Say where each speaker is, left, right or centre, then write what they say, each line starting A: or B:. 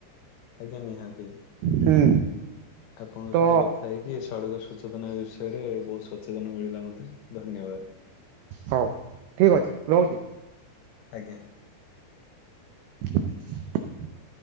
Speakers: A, on the left (about 75°); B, on the right (about 85°).
A: ଆଜ୍ଞା ନିହାତି
B: ହୁଁ।
A: ଆପଣଙ୍କ
B: ତ
A: ସହିତ କଥା ହେଇକି ଏ ସଡ଼କ ସଚେତନା ବିଷୟରେ ବହୁ ସଚେତନ ମିଳିଲା ମୋତେ ଧନ୍ୟବାଦ।
B: ହଉ। ଠିକ ଅଛି ରହୁଛି।
A: ଆଜ୍ଞା।
B: <unintelligible>